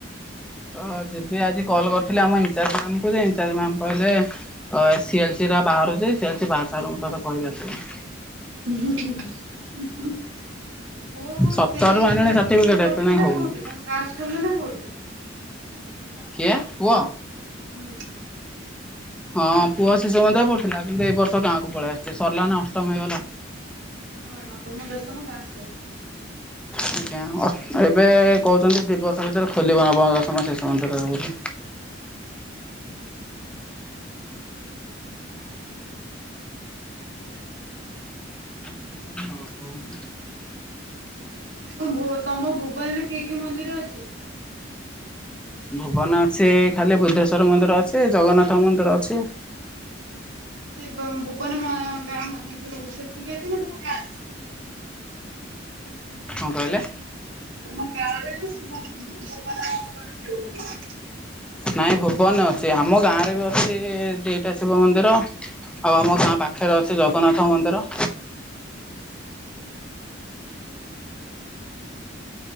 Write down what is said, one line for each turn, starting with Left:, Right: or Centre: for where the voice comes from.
Centre: ଅ ଯିବି ଆଜି କଲ୍ କରିଥିଲି ଆମ ଇନଚାର୍ଜ ମ୍ୟାମ୍ ଙ୍କୁ ଯେ ଇନଚାର୍ଜ ମ୍ୟାମ୍ କହିଲେ ଅ ସି ଏଲ୍ ସି ଟା ବାହାରୁଛି ସି ଏଲ୍ ସି ବାହାରି ସାରୁ ମୁଁ ତତେ କହିବି ଆସିବୁ।
Right: <unintelligible> ପୁଅ କୋଉଠି
Centre: ସତରରୁ
Right: ସେଇ
Centre: ଆଣିଲାଣି
Right: ସେଇ
Centre: ସାର୍ଟିଫିକେଟ
Right: ସ୍କୁଲ ରେ ପଢୁଛି
Centre: ଏତେ ଯାଏଁ
Right: ନା
Centre: ହଉନି
Right: କୋଉଠି ତମ ଗାଁ ସ୍କୁଲ ରେ ନା କୋଉଠି?
Centre: କିଏ ପୁଅ?
Right: ହୁଁ।
Centre: ହଁ ପୁଅ ଶିଶୁ ମନ୍ଦିରରେ ପଡୁଥିଲା କିନ୍ତୁ ଏଇ ବର୍ଷ ଗାଁକୁ ପଳେଇ ଆସିଛି ସରିଲା ନା ଅଷ୍ଟମ ହେଇଗଲା।
Right: ହଁ ନବମ, ଦଶମ ଗାଁ ସ୍କୁଲ୍।
Centre: ଆଜ୍ଞା ଅସ୍ ଏବେ କହୁଛନ୍ତି ଦି ବର୍ଷ ଭିତରେ ଖୋଲିବ ନବମ ଦଶମ ଶିଶୁ ମନ୍ଦିରରେ ବୋଲି।
Right: ହୁଁ
Centre: <unintelligible>
Right: ହଁ ତମ ଭୁବନରେ କି କି ମନ୍ଦିର ଅଛି?
Centre: ଭୁବନ ଅଛି ଖାଲି ବୁଧେଶ୍ବର ମନ୍ଦିର ଅଛି ଜଗନ୍ନାଥ ମନ୍ଦିର ଅଛି।
Right: ସେ ବୋବନ ମା ଗ ମେ ଯେ ସେଠିକତି ନା ଗାଁରେ?
Centre: ହଣ କହିଲେ?
Right: ତମ ଗାଁରେ <unintelligible>
Centre: ନାଇଁ ଭୁବନ ଅଛି ଆମ ଗାଁ ରେ ବି ଅଛି ଦିଟା ଶିବ ମନ୍ଦିର। ଆଉ ଆମ ଗାଁ ପାଖରେ ଅଛି ଜଗନ୍ନାଥ ମନ୍ଦିର।